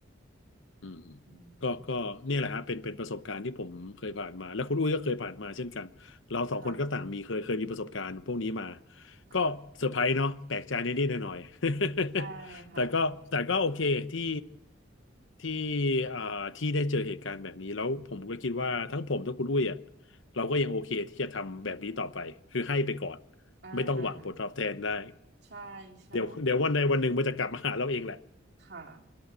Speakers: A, on the left; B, on the right.
A: อืม
B: อืมอืม
A: ก็ก็เนี่ยแหละฮะเป็นเป็นประสบการณ์ที่ผมเคยผ่านมาและคุณอุ้ยก็เคยผ่านมาเช่นกันเราสองคนก็ต่างมีเคยเคยมีประสบการณ์พวกนี้มา
B: ค่ะค่ะ
A: ก็เซอร์ไพรส์เนาะแปลกใจนิดๆหน่อย
B: <laughs>
A: ๆ
B: ใช่ค่ะ
A: <laughs> แต่ก็แต่ก็โอเคที่ที่อ่าที่ได้เจอเหตุการณ์แบบนี้แล้วผมก็คิดว่าทั้งผมทั้งคุณอุ้ยอ่ะเราก็ยังโอเคที่จะทำแบบนี้ต่อไปคือให้ไปก่อน
B: อ่า
A: ไม่ต้องหวังผลตอบแทนได้
B: ใช่ใช่
A: เดี๋ยวเดี๋ยววันใดวันหนึ่งมันจะกลับมาหาเราเองแหละ
B: ค่ะ